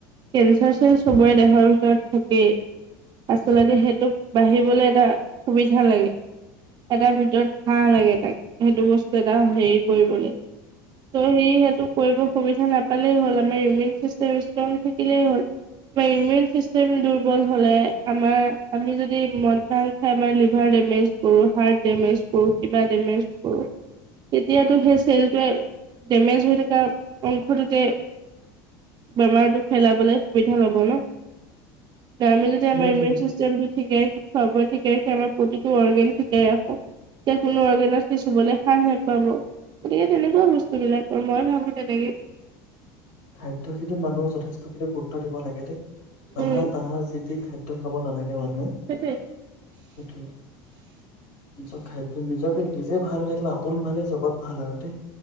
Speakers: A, on the right (about 45°); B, on the left (about 70°).
A: কেঞ্চাৰ চন চবৰে দেহৰ ভিতৰত থাকে আচলতে সেইটোক বাঢ়িবলৈ এটা সুবিধা লাগে। এটটা ভিতৰত ঘাহ লাগে তাক সেইটো বস্তু এটা হেৰি কৰিবলৈ। ত সি সেইেতটোক কৰিব সুবিধা নাপালেই হ'ল আমাৰ ইমিউন চিষ্টেম ষ্ট্ৰং থাকিলেই হ'ল আমাৰ ইমিউন চিষ্টেম দুৰ্বল হলে আমাৰ আমি যদি মদ ভাং খাই আমাৰ লিভাৰ ডেমেজ কৰো হাৰ্ট ডেমেজ কৰো কিবা ডেমেজ কৰো। তেতিয়াতো সেই চেলটোৱে ডেমেজ হৈ থকা অংশটোতে বেমাৰটো পেলাবলৈ সুবিধা ল'ব ন। ডেমেজ
B: সেইটোৱে
A: এমাইমেণ্ট চিষ্টেম। শিকাই খাব ঠিকে ৰাখে আমাৰ প্ৰতিটো অৰ্গেন শিকাই ৰাখো। তে কোনো <unintelligible> হবল ভাল নোপাব গতিকে তেনেকুৱা বস্তুবিলাক আৰু মই ভাবো তেনেকে।
B: খাদ্যয় খিনু মানুহে যথেষ্ট খিনি গুৰুত্ব দিব লাগে দেই
A: উম
B: তাহা তাহা যি খাদ্যয় খাব নালাগে। দ ন
A: সেইটোৱে।
B: সটো নিজৰ খাদ্য নিজকে নিজে ভাল হৈ ৰাখনা। আপোন ভালে জগত ভাল আৰু দেই